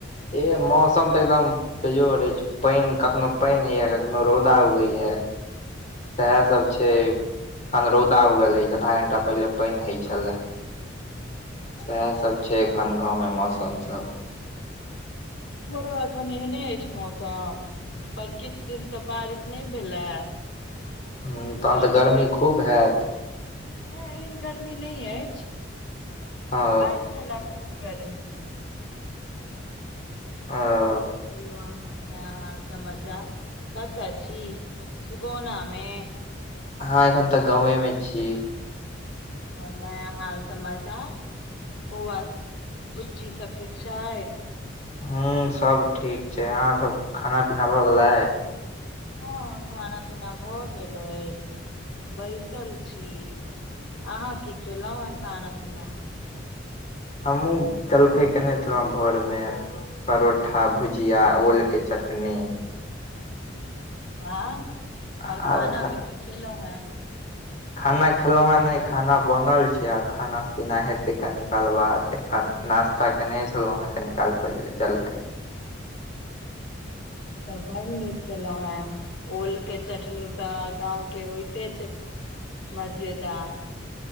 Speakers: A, on the left; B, on the left.
A: ए मौसम तऽ एकदम कैजो रहै छै पान कखनो पानि होइया कखनो रौदा उगैएा सएह सब छै अखन रौदा उगले ऐछ आधा घं्टा पहिले पानि हय छले सएह सब छै एखन गाँव मे मौसम सब
B: एम हरो एखन एहने अछि मौसम पर किछु दिन से बारिश नहि भेले
A: हऽ तहन
B: परसू
A: तऽ गर्मी
B: या
A: खूब हयत।
B: नहि एहन गर्मी नहि अछि
A: ओ
B: काल्हि छलए खूब गर्मी
A: आ
B: आओर सब कहियौ अहाँ नया हाल समाचार कतय छी। सुगोनाा मे।
A: हँ एखन तऽ गावे में छी।
B: आओर नया हाल समाचार बौआ बुच्ची सब ठीक छैथ
A: हू सब ठीक छै, अहाँ सब
B: अच्छा
A: खाना पीना भऽ गेलै
B: हँ खाना पीना भऽ गेल अछि बैसल छी, अहाँ की खेलहुं हें खाना पीना
A: हमहुँ जलखै केने छलहुँ भोर मे परोठा भुजिया ओल कऽ चटनी
B: <unintelligible> वाह
A: आर
B: और खाना मे की खेलहु हैं।
A: खाना खेलौँ हेँ नहि खाना बनल छै आब खाना पीना हेतै कनि काल बाद एखन नाास्ता केने छलो हे कनी काल पहिले जलखे
B: ई तऽ बड़ नीक केलहुं हें ओल के चटनी तऽ गाँंव के होइते छै मजेदार